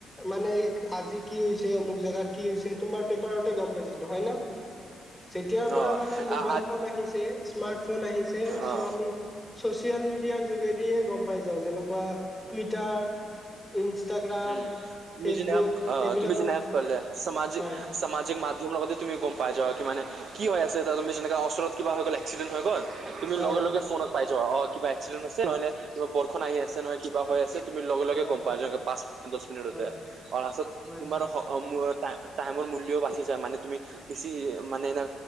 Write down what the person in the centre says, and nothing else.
মানে আজি কি হৈছে অমুক জেগাত কি হৈছে তোমাৰ পেপাৰত। গম পাইছিলো হয় ন। যেতিয়াৰ
পৰা মানে মোবাইল
ফোন আহিছে, স্মাৰ্ট ফোন আহিছে।
আমি
চচিয়েল মিডিয়াৰ যোগেদিয়ে গম পাই যাওঁ। যেনেকুৱা টুইটাৰ ইনষ্টাগ্ৰাম
ফেচবুক
এইবিলাকৰ
হয়
হয়
হয়
হয় হয়
হয়
হয়